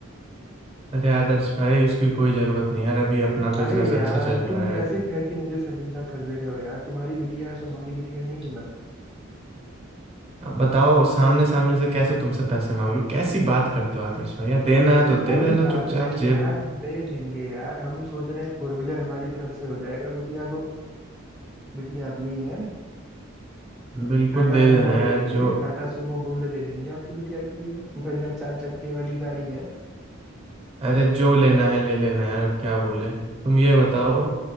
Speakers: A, on the right; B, in the centre.
A: अरे आदर्श भाई उसकी कोई जरूरत नहीं यार अभी अपना
B: अरे
A: बिजनेस अच्छा
B: यार
A: चल रहा
B: तुम कैसे
A: है
B: कह के मुझे शर्मिंदा कर दे रहे हो यार तुम्हारी बिटिया है तो हमारी बिटिया नहीं है बताओ
A: अब बताओ सामने सामने से कैसे तुमसे पैसे मांग लो कैसी बात करते हो आदर्श भाई यार देना है तो दे
B: कोई
A: देना
B: बात
A: चुपचाप
B: नहीं
A: जेब
B: यार दे देंगे यार हम सोच रहे हैं फोर व्हीलर हमारी तरफ से हो जाएगा बिटिया को बिटिया अपनी है
A: बिल्कुल
B: टाटा
A: दे देना
B: सूमो
A: यार
B: ले लेंगे
A: जो
B: टाटा सूमो गोल्ड ले लेंगे आपकी बिटिया के लिए बढ़िया चार चक्के वाली गाड़ी है
A: अरे जो लेना है ले लेना यार अब क्या बोले तुम ये बताओ